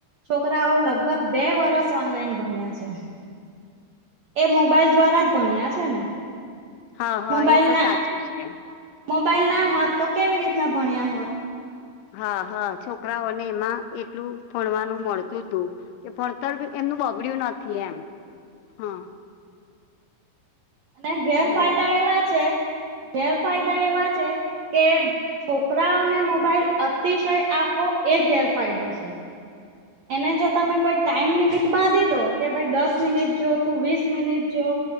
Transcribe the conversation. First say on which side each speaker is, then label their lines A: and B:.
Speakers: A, on the right; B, on the left.
A: છોકરાઓ લગભગ બે વરસ ઓનલાઈન ભણ્યા છે એ મોબાઈલ દ્વારા જ ભણ્યા છે ને.
B: હા હા
A: મોબાઈલ
B: એ તો
A: ના
B: સાચું છે.
A: મોબાઈલ ના હોત તો કેવી રીતના ભણ્યા હોત?
B: હા હા છોકરાઓને એમાં એટલું ભણવાનું મળતું હતું કે ભણતર એમનું બગડ્યું નથી એમ હા.
A: અને ગેરફાયદા
B: હેલો
A: એવા છે, ગેરફાયદા એવા છે, કે છોકરાઓને મોબાઈલ અતિશય આપવો એ ગેરફાયદો છે એને જો તમે કોઈ ટાઈમ લિમિટ બાંધી દોકે ભાઈ દસ મિનિટ જોતું વીસ મિનિટ જો,